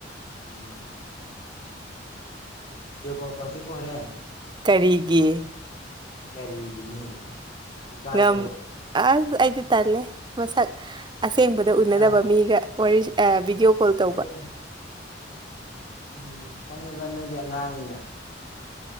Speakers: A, on the left; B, on the right.
A: ꯎꯝ ꯕꯤꯗꯤꯌꯣ ꯀꯣꯜ ꯇꯧꯁꯤꯀꯣ ꯍꯣꯔꯦꯟ
B: ꯀꯔꯤꯒꯤ
A: ꯀꯔꯤꯒꯤꯅꯦ ꯏꯀꯥꯏꯕ꯭ꯔꯣ
B: ꯉꯝ ꯑꯁ ꯑꯩꯗꯤ ꯇꯜꯂꯦ ꯃꯁꯛ ꯑꯁꯦꯡꯕꯗ ꯎꯅꯗꯕ
A: ꯑꯥ
B: ꯃꯤꯒꯥ ꯋꯥꯔꯤ ꯑꯥ ꯕꯤꯗꯤꯑꯣ ꯀꯣꯜ ꯇꯧꯕ
A: ꯑꯦ ꯎꯝ ꯈꯪꯉꯦꯕ ꯅꯣꯏꯗꯤ ꯑꯉꯥꯡꯅꯤꯅ